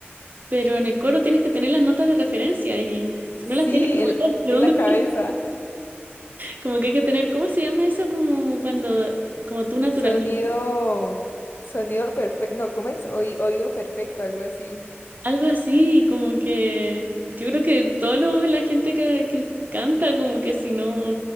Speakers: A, on the right (about 45°); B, on the left (about 55°).
A: pero en el coro tienes que tener las notas de referencia y
B: Sí,
A: si no las tienes como
B: el-
A: yo, ¿de
B: en
A: dónde?
B: la cabeza.
A: Como que hay que tener, ¿cómo se llama eso? Como cuando, como tú naturalmente.
B: Sonido, sonido perfecto, no, ¿cómo es? Oí- oído perfecto, algo así.
A: Algo así, como que yo creo que todos los, la gente que, que canta, como que si no,